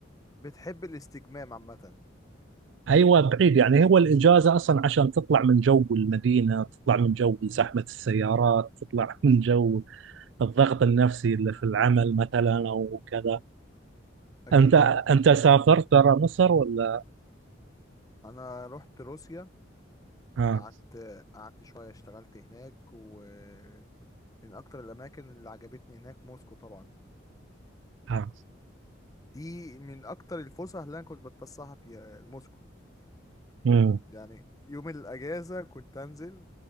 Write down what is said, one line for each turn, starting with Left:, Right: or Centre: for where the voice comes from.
Left: بتحب الاستجمام عامة
Right: ايوه بعيد يعني هو الاجازه اصلا عشان تطلع من جو المدينه تطلع من جو زحمه السيارات تطلع من جو الضغط النفسي اللي في العمل مثلا او كذا
Left: اكيد
Right: أنت
Left: طبعا
Right: أنت سافرت برا مصر ولا؟
Left: انا رحت روسيا
Right: اه
Left: قعدت قعدت شوية اشتغلت هناك ومن أكتر الأماكن اللي عجبتني هناك موسكو طبعا
Right: اه
Left: فدي من أكتر الفسح اللي أنا كنت بتفسحها فيها موسكو
Right: مم.
Left: يعني يوم الأجازة كنت أنزل